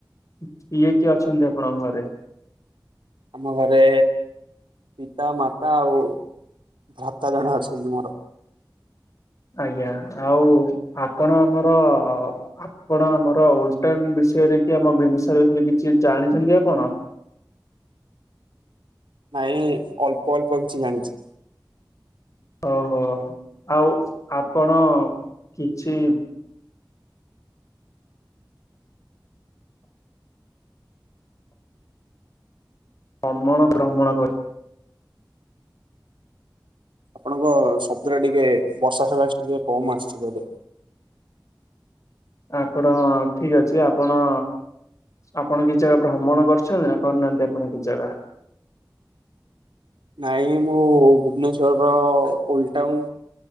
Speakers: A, on the left; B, on the right.
A: କିଏ କିଏ ଅଛନ୍ତି ଆପଣଙ୍କ ଘରେ?
B: ଆମ ଘରେ ପିତା, ମାତା ଆଉ ଭ୍ରାତା ଜଣେ ଅଛନ୍ତି ମୋର।
A: ଆଜ୍ଞା, ଆଉ ଆପଣ ଆମର ଆପଣ ଆମର ଓଲଟନ୍ ବିଷୟରେ କି ଆମ ବିନ୍ଦୁସାଗର ବିଷୟରେ କିଛି ଜାଣିଛନ୍ତି ଆପଣ?
B: ନାଇଁ ଅଳ୍ପ ଅଳ୍ପ କିଛି ଜାଣିଚି।
A: ଓହୋ ଆଉ ଆପଣ କିଛି ଅମଳ ଭ୍ରମଣ କରି
B: ଆପଣଙ୍କ ଶବ୍ଦରେ ଟିକେ ବର୍ଷା ସକାଶେ ସେ ଟିକେ କମ୍ ଆସୁଚି ବୋଧେ।
A: ଆପଣ ଠିକ୍ ଅଛି ଆପଣ ଆପଣ କିଛି ଜାଗା ଭ୍ରମଣ କରିଚନ୍ତି ନା କରିନାହାନ୍ତି ଆପଣ କିଛି ଜାଗା?
B: ନାଇଁ ମୁଁ ଭୁବନେଶ୍ଵରର ଓଲଟାଉନ୍